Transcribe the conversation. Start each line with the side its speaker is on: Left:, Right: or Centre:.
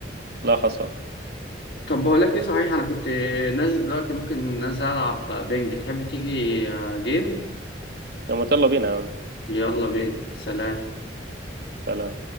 Right: لا حصر
Left: طب بقول لك ايه صحيح انا كنت نازل دلوقتي ممكن نازل العب بينج تحب تيجي جيم
Right: طب ما يلا بينا يا عم
Left: يلا بينا سلام
Right: تعالى